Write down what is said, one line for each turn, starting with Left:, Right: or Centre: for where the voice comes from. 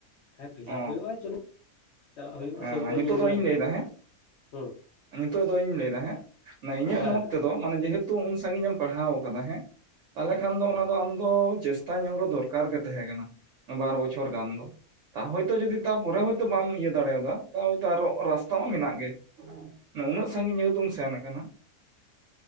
Left: ᱦᱮᱸ ᱯᱷᱤᱞᱟᱯ
Right: ᱚ
Left: ᱦᱩᱭᱩᱜ-ᱟ ᱪᱚᱞᱚ, ᱪᱟᱞᱟᱜ ᱦᱳᱭᱳᱜ-ᱟ
Right: ᱦᱮᱸ
Left: ᱥᱩᱨ
Right: ᱢᱟ
Left: ᱠᱚᱨᱮ
Right: ᱱᱤᱛᱚᱜ
Left: ᱧᱩᱨᱩ
Right: ᱫᱚ
Left: ᱞᱮᱱᱠᱷᱟᱱ
Right: ᱤᱧ ᱞᱟᱹᱭᱫᱟ ᱦᱮᱸ
Left: ᱦᱩᱸ
Right: ᱱᱤᱛᱚᱜ ᱫᱚᱧ ᱞᱟᱹᱭ ᱫᱟ ᱦᱮᱸ ᱤᱧᱟᱹᱜ
Left: ᱦᱮᱸ
Right: ᱢᱚᱛ
Left: ᱦᱮᱸ
Right: ᱛᱮᱫᱚ ᱢᱟᱱᱮ ᱡᱮᱦᱮᱛᱩ ᱩᱱ ᱥᱟᱹᱜᱤᱧ ᱮᱢ ᱯᱟᱲᱦᱟᱣ ᱠᱟᱫᱟ ᱦᱮᱸ ᱛᱟᱦᱚᱞᱮ ᱠᱷᱟᱱ ᱫᱚ
Left: ᱦᱮᱸ
Right: ᱚᱱᱟ ᱫᱚ ᱟᱢᱫᱚ ᱪᱮᱥᱴᱟ ᱧᱮᱞ ᱫᱚ ᱫᱚᱨᱠᱟᱨ ᱜᱮ ᱛᱟᱦᱮᱸ ᱠᱟᱱᱟ ᱵᱟᱨ ᱵᱚᱪᱷᱚᱨ ᱜᱟᱱ ᱫᱚ᱾ ᱛᱟ ᱦᱚᱭᱛᱳ ᱡᱚᱫᱤ ᱛᱟᱨᱯᱚᱨᱮ ᱦᱚᱭᱛᱚ ᱵᱟᱢ ᱤᱭᱟᱹ ᱫᱟᱲᱮᱭᱟᱫᱟ ᱛᱟ ᱦᱚᱭᱛᱚ ᱟᱨᱚ ᱨᱟᱥᱛᱟ ᱦᱚᱸ ᱢᱮᱱᱟᱜ ᱜᱮ᱾ ᱩᱱᱟᱹᱜ ᱥᱟᱺᱜᱤᱧ ᱡᱮᱦᱮᱛᱩᱢ ᱥᱮᱱ ᱠᱟᱱᱟ᱾